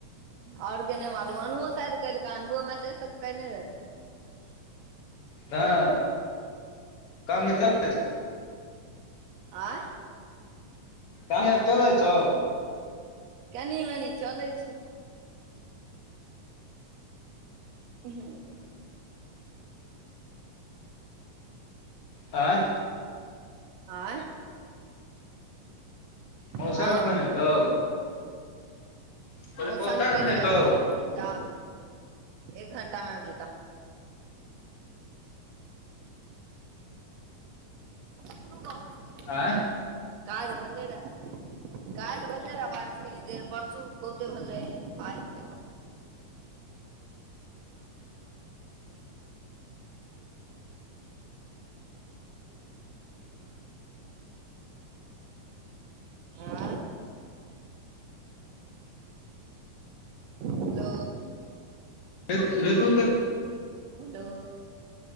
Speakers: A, on the right (about 70°); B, on the left (about 45°).
A: ओर के ने मालुम अनुओ शायाद कैलका हन उहो मैसेज तऽ केने रहए
B: तब काम आर चलै छौ
A: आँय
B: काम आर चलै छौ
A: कनि मनि चलै छै हँ
B: आंय
A: आँय
B: मौसा
A: हँ
B: कखन एतौ कहलियै
A: मौसा निकलि
B: कखन एतौ
A: गेल छा एक घण्टा मे आबि जेतऽ कोनो <unintelligible>
B: आँ
A: काल्हि भेलै रहय कालहि भले रहै बारिश कनी देर परसू बहुते भेलै आइ नै आँय हेलो
B: रे रीतु के
A: हेलो